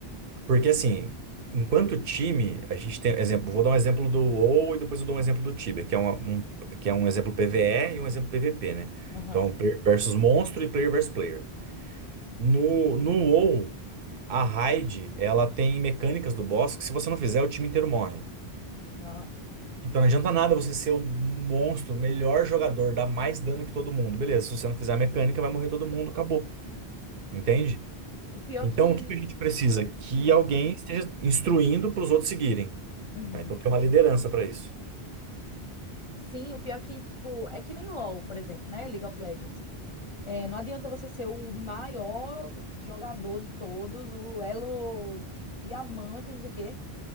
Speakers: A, on the right; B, on the left.
A: Porque assim, enquanto time, a gente tem, exemplo, vou dar um exemplo do WoW e depois eu dou um exemplo do Tibia, que é uma- um, que é um exemplo PvE e um exemplo PvP, né?
B: aham,
A: Então, player versus monstro e player versus player. No, no WoW, a raid, ela tem mecânicas do boss que se você não fizer, o time inteiro morre.
B: nossa.
A: Então não adianta nada você ser o monstro, o melhor jogador, dar mais dano que todo mundo. Beleza, se você não fizer a mecânica, vai morrer todo mundo, acabou. Entende?
B: O pior
A: Então
B: que...
A: o que que a gente precisa? Que
B: hum,
A: alguém esteja instruindo para os outros seguirem.
B: uhum.
A: tá? Então tem uma liderança para isso.
B: Sim, o pior que, tipo, é que nem LoL, por exemplo, né? League of Legends. É, não adianta você ser o maior jogador de todos, o elo diamante, não sei o quê,